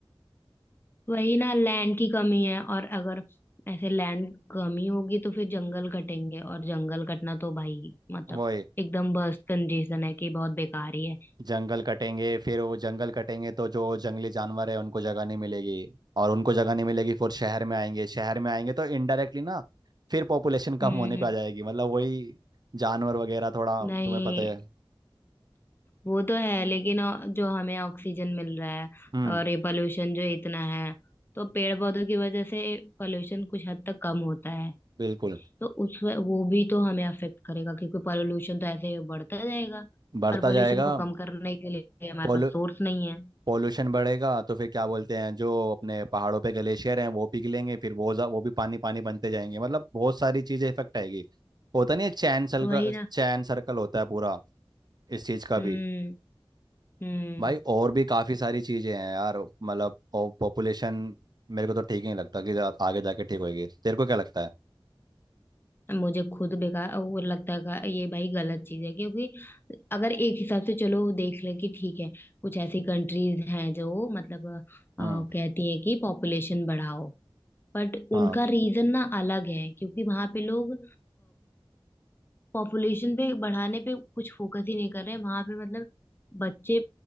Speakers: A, on the left (about 25°); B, on the right (about 50°).
A: वही ना लैंड की कमी है और अगर ऐसे लैंड कमी होगी तो फिर जंगल कटेंगे और जंगल कटना तो भाई मतलब
B: वो
A: एकदम बस कंजेशन है कि बहुत बेकार ही है
B: जंगल कटेंगे फिर वो जंगल कटेंगे तो जो जंगली जानवर है उनको जगह नहीं मिलेगी और उनको जगह नहीं मिलेगी फिर शहर में आएंगे शहर में आएंगे तो इनडायरेक्टली ना फिर पॉपुलेशन कम
A: हम्म
B: होने पे आ जाएगी मतलब वही जानवर वगैरह थोड़ा
A: नहीं
B: तुम्हें पता है
A: वो तो है लेकिन अ, जो हमें ऑक्सीजन मिल रहा है
B: हम्म
A: और ये पोल्यूशन जो इतना है तो पेड़ पौधों की वजह से पोल्यूशन कुछ हद तक कम होता है
B: बिल्कुल
A: तो उस व- वो भी तो हमें अफेक्ट करेगा क्योंकि पोल्यूशन तो ऐसे ही बढ़ता जाएगा
B: बढ़ता
A: और पोल्यूशन
B: जाएगा
A: को कम करने के लिए हमारे
B: पोलू
A: पास सोर्स नहीं है
B: पॉल्यूशन बढ़ेगा तो फिर क्या बोलते हैं जो अपने पहाड़ों पे ग्लेशियर हैं वो पिघलेंगे फिर वो जा- वो भी पानी पानी बनते जाएंगे मतलब बहुत सारी चीज़ें इफेक्ट आएगी होता नहीं है चैन सर्कल
A: वही ना
B: चैन सर्कल होता है पूरा इस चीज़ का
A: हम्म
B: भी
A: हम्म
B: भाई और भी काफ़ी सारी चीज़ें हैं यार मतलब और पॉपुलेशन मेरे को तो ठीक नहीं लगता कि जा- आगे जाके ठीक होएगी तेरे को क्या लगता है
A: मुझे खुद बेकार वो लगता है का- ये भाई गलत चीज है क्योंकि अगर एक हिसाब से चलो वो देख ले कि ठीक है कुछ ऐसी कंट्रीज हैं जो मतलब
B: हम्म
A: अ, कहती हैं कि पॉपुलेशन बढ़ाओ बट
B: हाँ
A: उनका रीजन ना अलग है क्योंकि वहां पे लोग पॉपुलेशन पे बढ़ाने पे कुछ फोकस ही नहीं कर रहे हैं वहां पे मतलब बच्चे